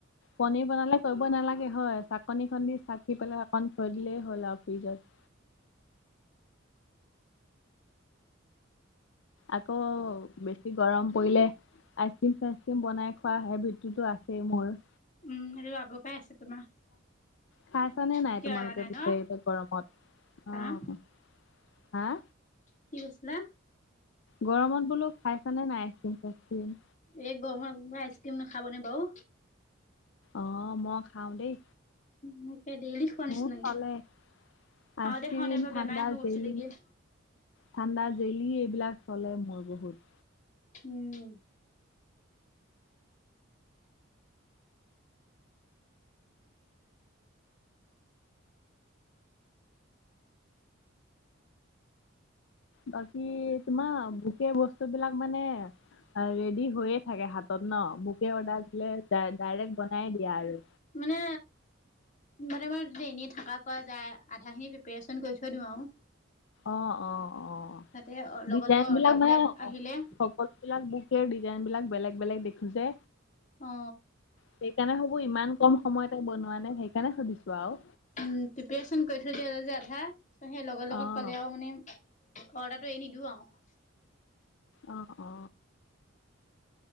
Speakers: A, on the left; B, on the left.
A: পনীৰ বনালে কৰিব নালাগে হয়। চাকনিখন দি চাকি পেলাই অকণ থৈ দিলেই হ'ল আৰু ফ্ৰিজত। আকৌ বেছি গৰম পৰিলে আইচ ক্ৰীম-চাইচ ক্ৰীম বনাই খোৱা সেই হেভিততুটো আছেই মোৰ।
B: উম, সেইটো আগৰ পৰাই আছে তোমাৰ।
A: খাইচানে নাই
B: এতিয়া
A: তোমালোকে
B: এৰা নাই
A: পিছে
B: ন
A: এইবোৰ গৰমত?
B: হাঁহ
A: অঁ, হাঁ?
B: কি কৈছিলা?
A: গৰমত বোলো খাইছা নে নাই আইচক্ৰীম-চাইচক্ৰীম?
B: এই গৰমত কোনোবাই আইচক্ৰীম নাখাব নে বাৰু।
A: অঁ, মই খাওঁ দেই।
B: মোক কিবা ডেইলি খোৱা
A: মোৰ
B: নিচিনা লাগে।
A: চলে। আইচক্ৰীম,
B: খাওঁতে, খাওঁতে এবাৰ
A: ঠাণ্ডা
B: বেমাৰে হৈ
A: জেলি,
B: গৈছিলেগে।
A: ঠাণ্ডা, জেলি এইবিলাক চলে মোৰ বহুত।
B: উম।
A: বাকী তোমাৰ গোটেই বুকে বস্তুবিলাক মানে আ ৰেডি হৈয়ে থাকে হাতত ন, বুকে অৰ্ডাৰ দিলে ডা ডাইৰেক্ট বনায়ে দিয়া আৰু।
B: মানে মানে মই <unintelligible> থাকা কোৱা যায় আধাখিনি প্ৰিপাৰেচন কৰি থৈ দিওঁ আৰু।
A: অ অ অ,
B: তাতে লগৰ
A: ডিজাইনবিলাক
B: লগৰ অৰ্ডাৰবিলাক
A: মানে
B: আহিলে
A: অ সকল বিলাক বুকে ডিজাইনবিলাক বেলেগ - বেলেগ দেখো যে।
B: অ।
A: সেইকাৰণে হবো ইমান কম সময়তে বনোৱা নে সেইকাৰণে সুধিছো আৰু।
B: উম, প্ৰিপাৰেচন কৰি থৈ দিয়া যে আধা, চ সেই লগৰ লগত
A: অ',
B: পালে আৰু মানে ঘৰ এটো এ নিদিও আৰু।
A: অ অ।